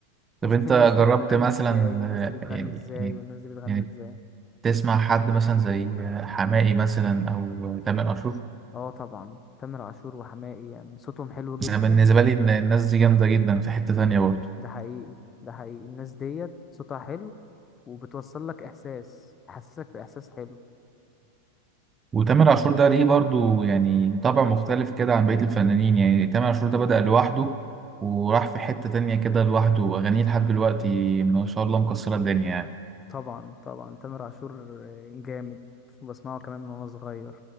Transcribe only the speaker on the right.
طب
أنت
جربت
مثلا
آه، يعني
يعني
تسمع حد مثلا زي حماقي مثلا او تامر عاشور
انا بالنسبه لي إن الناس دي جامده جدا في حته تانية برضه
وتامر عاشور ده ليه برضو يعني طبع مختلف كده عن بقية الفنانين يعني تامر عاشور ده بدأ لوحده وراح في حتة تانية كده لوحده وأغانيه لحد دلوقتي ما شاء الله مكسرة الدنيا يعني